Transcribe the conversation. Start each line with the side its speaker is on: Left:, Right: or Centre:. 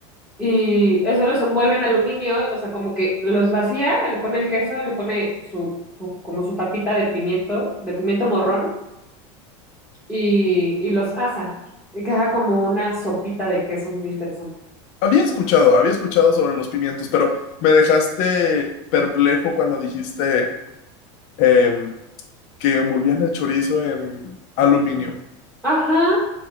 Centre: Y eso los envuelve en aluminio, o sea, como que los vacía, le pone el queso, le pone su, su como su tapita de pimiento, de pimiento morrón y, y los asa. Y queda como una sopita de queso muy interesante.
Left: Había escuchado, había escuchado sobre los pimientos, pero me dejaste perplejo cuando dijiste em, que envolvían el chorizo en aluminio.
Centre: Ajá,